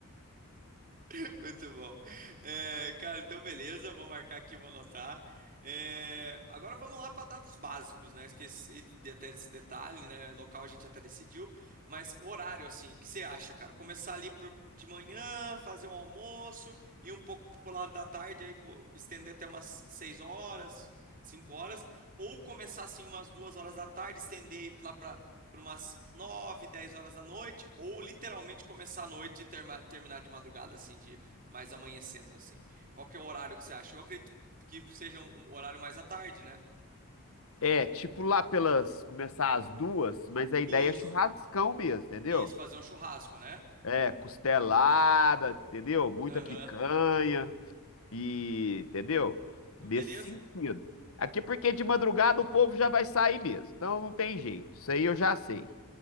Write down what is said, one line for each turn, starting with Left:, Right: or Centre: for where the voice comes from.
Right: <laughs> Muito bom. É, cara, então beleza, vou marcar aqui, vou anotar. É, agora vamos lá para dados básicos, né? Esqueci de, de até desse detalhe, né? Local a gente até decidiu, mas horário, assim, o que você acha, cara? Começar ali pro- de manhã, fazer um almoço e um pouco pro lado da tarde, aí co- estender até umas 6 horas, 5 horas, ou começar assim umas 2 horas da tarde, estender aí lá para para umas 9 10 horas da noite, ou literalmente começar à noite e terma- terminar de madrugada, assim, de mais amanhecendo assim. Qual que é o horário que você acha? Eu acredito que seja um um horário mais à tarde, né?
Left: É, tipo lá pelas, começar às duas, mas a ideia
Right: Isso,
Left: é churrascão mesmo, entendeu?
Right: isso, fazer um churrasco, né?
Left: É, costelada, entendeu? Muita
Right: Aham,
Left: picanha e, entendeu?
Right: Não,
Left: Nesse
Right: beleza.
Left: sentido. Aqui porque de madrugada o povo já vai sair mesmo, então não tem jeito, isso aí eu já sei.